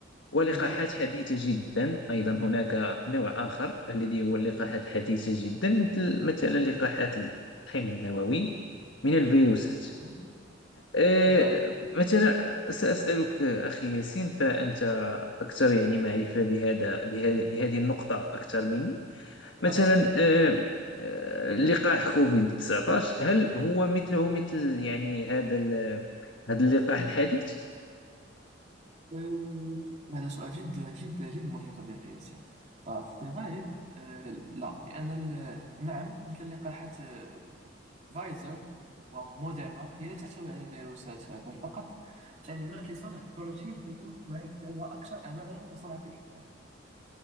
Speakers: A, on the left (about 70°); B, on the right (about 40°).
A: ولقاحات
B: نعم
A: حديثة جدا أيضا هناك نوع آخر الذي هو اللقاحات الحديثة جدا مثل مثلا لقاحات الحمض النووي من الفيروسات
B: مهم.
A: آه
B: نعم
A: مثلا سأسألك أخي ياسين فأنت أكثر يعني معرفة بهذا بها- بهذه النقطة أكثر مني
B: مرحبا
A: مثلا
B: صديقي
A: آه، آه، لقاح كوفيد 19 هل هو مثله مثل يعني هذا ال- هذا اللقاح الحديث
B: أه، هذا سؤال جدا جدا جدا مهم صديقي ياسين ففي الغالب أه، لا لأن ال- نعم مثل لقاحات أه، فايزر وموديرنا هي لا تحتوي على الفيروسات بل فقط تعليمات لصنع بروتين فيروس ما يجعلها أكثر أمانا وسرعة في الإنتاج